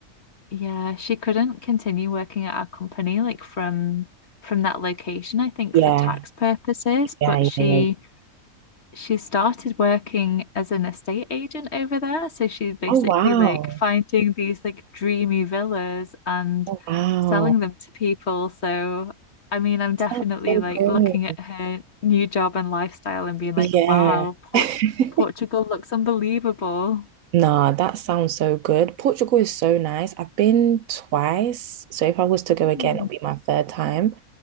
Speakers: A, on the left (about 50°); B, on the right (about 75°).
A: yeah, she couldn't continue working at our company like from from that location, I think
B: Yeah,
A: for tax purposes,
B: yeah,
A: but
B: yeah,
A: she
B: yeah.
A: she started working as an estate agent over there. So she's basically
B: Oh wow.
A: like finding these like dreamy villas and
B: Oh wow.
A: selling them to people. So I mean, I'm definitely
B: Sounds so
A: like
B: good.
A: looking at her new job and lifestyle and being like,
B: Yeah.
A: wow, Port
B: <laughs>
A: Portugal looks unbelievable.
B: Nah, that sounds so good. Portugal is so nice. I've been twice, so if I was to go
A: Mm,
B: again, it'll be my third time.